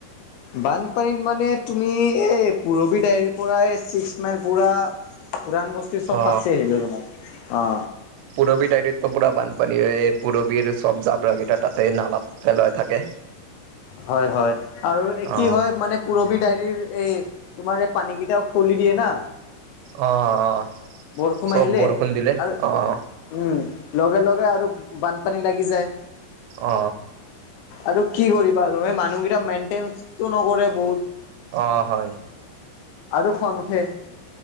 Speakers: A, on the left (about 80°); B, on the right (about 80°).
A: বানপানীত মানে তুমি এই পুৰবি দাইৰ পৰা ছিক্স মাইল পুৰা। পুৰাণ বস্তি চব
B: অ
A: ফাছি আহিলে তোমাৰ অ।
B: পুৰবীৰ টাইটতো পূৰা বানপানীয়ে পুৰবীৰ চব জাবৰাকেইটা তাতেই নালাত পেলাই থাকে।
A: হয় হয় আৰু
B: অ
A: কি হয় মানে। পুৰবি ডায়াইৰ এই তোমাৰ এই পানীকেইটাও খুলি দিয়ে না।
B: অ অ
A: বৰষুণ
B: চব
A: আহিলে
B: বৰষুণ দিলে
A: আৰু
B: অ অ।
A: উম লগে লগে আৰু বানপানী লাগি যায়।
B: অ।
A: আৰু কি কৰিবা আৰু এই মানুহকেইটা মেইনটেনটো নকৰে বহুত।
B: অ হয়।
A: আৰু খন উঠে।